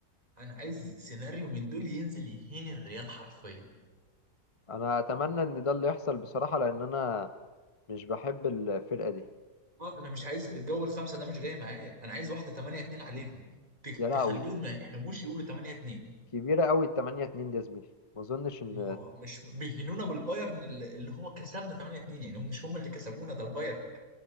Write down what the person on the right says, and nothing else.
انا عايز سيناريو من دول ينزل يهين الريال حرفيا
آه، انا مش عايز الجو الخمسه ده مش جاي معايا انا عايز واحده 8 2 عليهم تك-
تخليهم ما يحلموش يقولوا 8 2
ما هو مش بيهنونا بالبايرن اللي اللي هو كسبنا 8 2 يعني هم مش هم اللي كسبونا ده البايرن